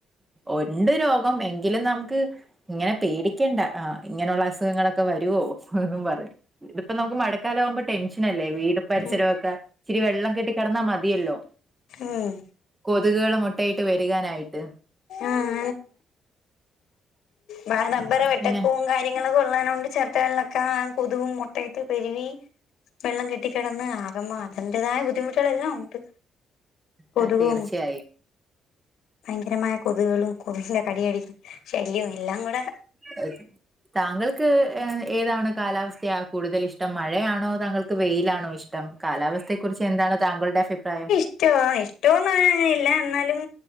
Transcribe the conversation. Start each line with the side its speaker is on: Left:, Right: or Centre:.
Right: ഒണ്ട് രോഗം എ എങ്കിലും നമുക്ക് ഇങ്ങനെ പേടിക്കണ്ട ആഹ് ഇങ്ങനെയുള്ള അസുഖങ്ങളൊക്കെ വരുവോ എന്നും പറഞ്ഞ് ഇതിപ്പോ നമുക്ക് മഴക്കാല ആകുമ്പോ ടെൻഷനല്ലേ വീ പരിസരമൊക്കെ
Left: ഉം
Right: ഇച്ചിരി വെള്ളം കെട്ടി കിടന്നാ മതിയല്ലോ
Left: ആഹ്
Right: കൊതുകുകള് മുട്ടയിട്ട് പെരു കാനായിട്ട്
Left: ആഹ് ഭ റബ്ബറ് വെടക്കും
Right: പിന്നെ
Left: കാരി നിങ്ങള് കൊള്ളാഞ്ഞ ണ്ട് ചിരട്ടകളിലൊക്കെ കൊതുകും മുട്ടയിട്ട് പെരുവി വെള്ളം കെട്ടിക്കിടന്ന് ആകമാ അതിന്റെതായ ബുദ്ധിമുട്ടുകളെല്ലാം ഉണ്ട് കൊതുകും
Right: ഏഹ് തീർച്ചയായും
Left: ഭയങ്കരമായ കൊതുകുകളും കൊതുകിന്റെ കടി <unintelligible> ശല്യവും എല്ലാം കൂടെ
Right: <unintelligible> താങ്കൾക്ക് എ ഏതാണ് കാലാവസ്ഥയാ കൂടുതൽ ഇഷ്ടം മഴയാണോ താങ്കൾക്ക് വെയിലാണോ ഇഷ് ടം കാലാവസ്ഥയെക്കുറിച്ച് എന്താണ് താങ്കളുടെ അഫിപ്രായം
Left: ഇഷ്ടവാ ഇഷ്ടോന്ന് അങ്ങനെയില്ല എന്നാലും